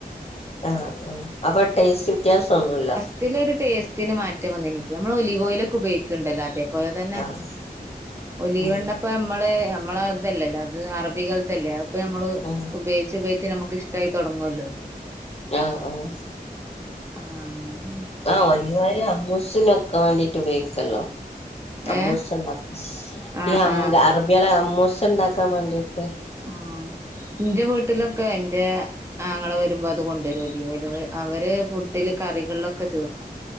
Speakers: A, on the left (about 40°); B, on the right (about 15°).
A: ആഹ് ആഹ് അപ്പൊ ടേയ്സ്റ്റ് വ്യത്യാസ ഒന്നുമില്ല
B: ത്തിലൊരു ടേസ്റ്റ്ന് മാറ്റം വന്നെനിക്ക്. നമ്മള് ഒലിവോ യിലൊക്കെ ഉപയോഗിക്കണിണ്ടല്ലോ അതെ പോലെ തന്നെ.
A: ആഹ്
B: ഒലിവെണ്ണ
A: ഉം
B: പ്പ നമ്മളെ നമ്മള തല്ലല്ലോ അത് അറബികളതല്ലേ അഹ്പ്പൊ നമ്മള്
A: ഉം
B: ഉപയോഗിച്ച് ഉപയോഗിച്ച് നമുക്ക് ഇഷ്ടായി തുടങ്ങുവല്ലോ
A: ആഹ് ആഹ്
B: ആഹ് അങ്ങനെ
A: ആഹ് ഒലിവോയില് അമ്മൂസിനൊക്കെ വേണ്ടീട്ട് ഉപയോഗിക്കല്ലോ അമ്മൂസ്
B: ഏ
A: ണ്ടാക്ക
B: ആഹ്
A: ഈ അമ്മു
B: ആഹ്
A: അറബിളെ അമ്മൂസ് ണ്ടാക്കാ വേണ്ടിട്ട് <inaudible>
B: ആഹ് ഇന്റെ വീട്ടിലൊക്കെ ഇന്റെ ആങ്ങള വരുമ്പോ അത് കൊണ്ട് വരു ഒലിവോയില് അവര് ഫുഡില് കറികളിലൊക്കെ ചേർക്